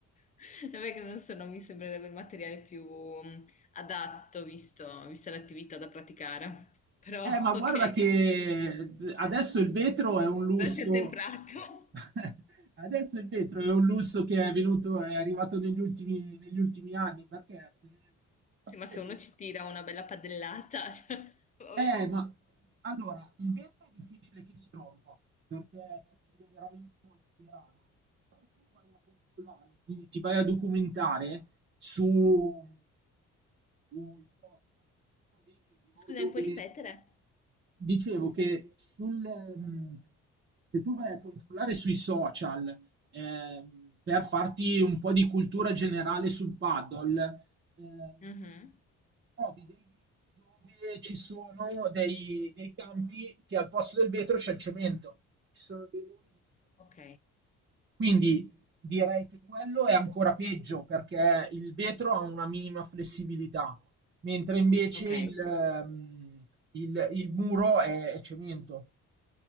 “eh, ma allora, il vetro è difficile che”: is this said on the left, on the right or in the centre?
Right